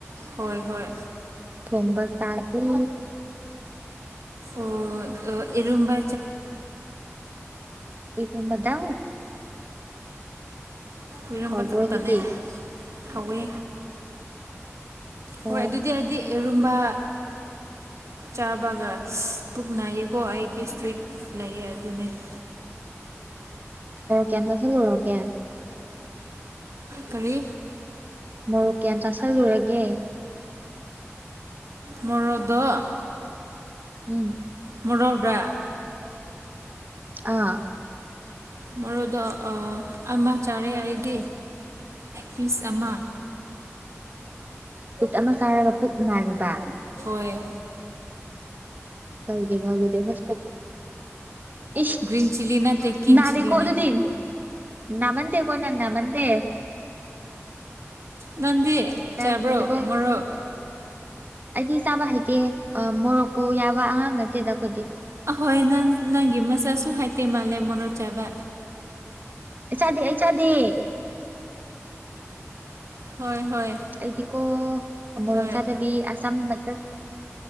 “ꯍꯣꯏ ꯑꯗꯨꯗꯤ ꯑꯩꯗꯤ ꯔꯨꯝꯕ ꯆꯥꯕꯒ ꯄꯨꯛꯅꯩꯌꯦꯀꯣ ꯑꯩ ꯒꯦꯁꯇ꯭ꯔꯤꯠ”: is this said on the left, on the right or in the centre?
Right